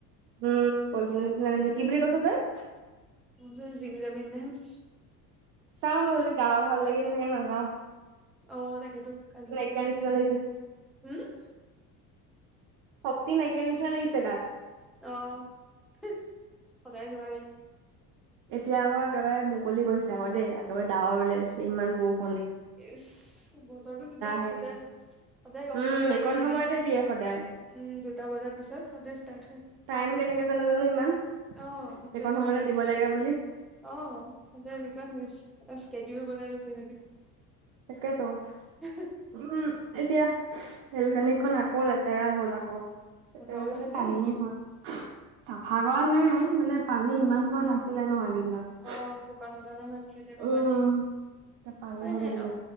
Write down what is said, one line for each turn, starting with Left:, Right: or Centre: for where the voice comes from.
Right: উম পল্থিনৰ নিচিনা লাগিছে, কি বুলি কৈছ তই?
Centre: <unintelligible> জিম যাবি নে নাই সুধিছোঁ।
Right: চাওঁ মোৰ যদি গা ভাল লাগি নাথাকে নাযাওঁ।
Centre: অ তাকেতো কালি
Right: নাইকিয়া
Centre: কৰিছে,
Right: নিচিনা লাগিছে
Centre: উম?
Right: শক্তি নাইকিয়া নিচিনা লাগিছে গাত।
Centre: অ হি সদাই নোৱাৰি।
Right: এতিয়া আকৌ একেবাৰে মুকলি কৰিছে আকৌ দেই, একেবাৰে ডাৱৰ ওলাইছে ইমান বখ
Centre: ইচ্ বতৰটো কিবা
Right: হেৰি
Centre: সদায় সদায় গম
Right: উম
Centre: পাবি আও
Right: এইকণ
Centre: এইকেইদিন।
Right: সময়তে দিয়ে সদায়
Centre: উম দুটা বজাৰ পিছত সদায় ষ্টাৰ্ট হয়।
Right: টাইম কেনেকে জানে জানো ইমান
Centre: অহ সত্য
Right: এইকণ
Centre: পিছ
Right: সময়তে
Centre: <unintelligible>
Right: দিব লাগে বুলি
Centre: অহ। সদাই এনেকুৱাই হৈ আছে, এটা স্কেদিউল বনাই লৈছে ইহঁতি।
Right: তাকেতও।
Centre: হ <unintelligible>
Right: উম এতিয়া বেলকানীখন
Centre: কি
Right: আকৌ লেতেৰা হ'ল আকৌ। তেতিয়া
Centre: অভাৱ হৈছিল
Right: মানে
Centre: নেকি
Right: পানীয়ে হয়। <unintelligible> চাফা কৰা নাই, মানে পানী
Centre: অ
Right: ইমান হোৱা নাছিলে ন এইকেইদিনত।
Centre: অ শুকান শুকালে হৈছিলে তেক
Right: উম।
Centre: পানীয়ে
Right: এতিয়া পানী
Centre: উপাই
Right: হৈ
Centre: নাই
Right: থাকিলে।
Centre: আও